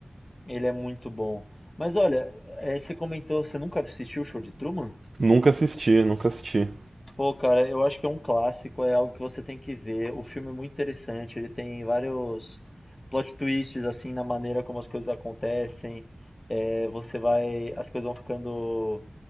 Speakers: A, on the left; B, on the right.
A: Ele é muito bom. Mas olha, eh, você comentou, você nunca assistiu o Show de Truman?
B: Nunca assisti, nunca assisti.
A: Pô, cara, eu acho que é um clássico, é algo que você tem que ver. O filme é muito interessante, ele tem vários plot twists, assim, na maneira como as coisas acontecem. Eh, você vai, as coisas vão ficando